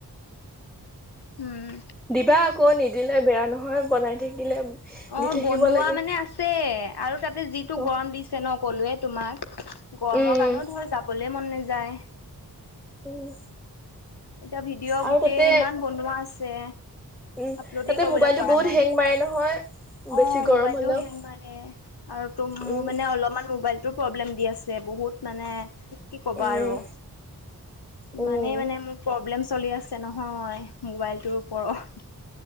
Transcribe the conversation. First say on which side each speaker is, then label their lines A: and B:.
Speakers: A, on the left (about 85°); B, in the centre.
A: উম।
B: দিবা আকৌ, নিদিলে বেয়া নহয় বনাই থাকিলে।
A: অ'
B: দি থাকিব
A: বনোৱা
B: লাগে
A: মানে আছে আৰু তাতে যিটো
B: অ
A: গৰম দিছে ন, কলোৱে তোমাক। গৰমৰ
B: উম
A: কাৰণেও ধৰ যাবলৈ মন নাযায়।
B: উম।
A: এতিয়া ভিডিঅ'
B: আৰু
A: গোটেই
B: তাতে
A: ইমান বনোৱা আছে।
B: উম
A: আপলোডে
B: তাতে
A: কৰিবলৈ
B: মোবাইলটো
A: পৰা
B: বহুত
A: নাই,
B: হেং মাৰে নহয় বেছি
A: অ'
B: গৰম
A: ম'বাইলটোৱেও
B: হলেও
A: হেং মাৰে। আৰু ত'
B: উম
A: মোৰ মানে অলপমান মোবাইলটো প্ৰব্লেম দি আছে, বহুত। মানে, কি ক'বা
B: উম
A: আৰু, ইমানে
B: উম
A: মানে মোক প্ৰব্লেম চলি আছে নহয়, মোবাইলটোৰ ওপৰত।